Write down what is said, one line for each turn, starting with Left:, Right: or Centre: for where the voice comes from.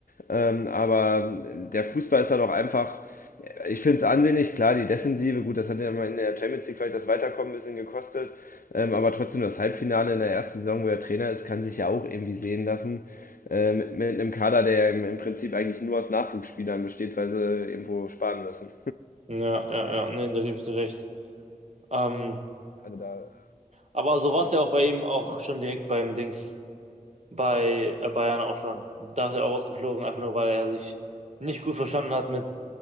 Left: Ähm, aber der Fußball ist halt auch einfach, ich finde es ansehnlich, klar, die Defensive, gut, das hat ja mal in der Champions League vielleicht das Weiterkommen ein bisschen gekostet, ähm, aber trotzdem das Halbfinale in der ersten Saison, wo er Trainer ist, kann sich ja auch irgendwie sehen lassen. Äh, mit, mit einem Kader, der ja im, im Prinzip eigentlich nur aus Nachwuchsspielern besteht, weil sie irgendwo sparen müssen.
Right: ja, ja, ja, nee, da gebe ich dir recht. Ähm,
Left: Also da,
Right: Aber so war
Left: ja,
Right: es ja auch bei ihm auch schon direkt beim Dings, bei äh, Bayern auch schon. Da ist er auch rausgeflogen, einfach nur weil er sich nicht gut verstanden hat mit,